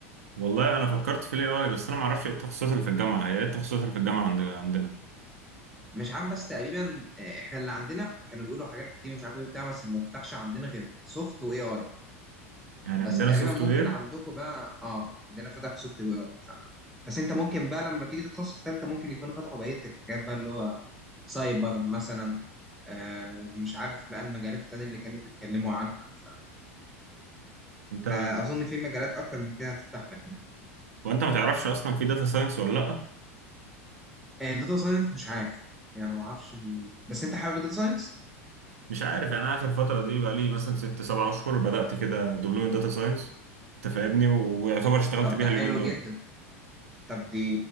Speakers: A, on the right; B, in the centre.
A: والله انا فكرت في الاي اي بس انا ما اعرفش ايه التخصصات اللي في الجامعه هي ايه التخصصات اللي في الجامعه عند- عندنا
B: مش عارف بس تقريبا آه، احنا اللي عندنا كانوا بيقولوا حاجات كتير ومش عارف ايه وبتاع بس اللي ما فتحش عندنا غير سوفت واي اي
A: يعني
B: بس
A: عندنا
B: تقريبا
A: سوفت
B: ممكن
A: وير
B: عندكم بقى اه عندنا فتح سوفت واي اي ف... بس انت ممكن بقى لما تيجي تتخصص في ثالثه ممكن يكونوا فتحوا بقيه الحاجات بقى اللي هو سايبر مثلا آه مش عارف بقى المجالات التانية اللي كانوا بيتكلموا عنها ف...
A: انت
B: فاظن في مجالات اكتر من كده هتفتح لك يعني
A: وانت ما تعرفش اصلا في داتا ساينس ولا لا
B: داتا ساينس مش عارف يعني ما اعرفش ال... بس انت حابب الداتا ساينس
A: مش عارف يعني انا اخر فتره دي بقى لي مثلا ست سبع اشهر بدات كده دبلومه داتا ساينس انت فاهمني و- ويعتبر اشتغلت
B: طب
A: بيها
B: ده
A: اليومين
B: حلو
A: دول
B: جدا طب دي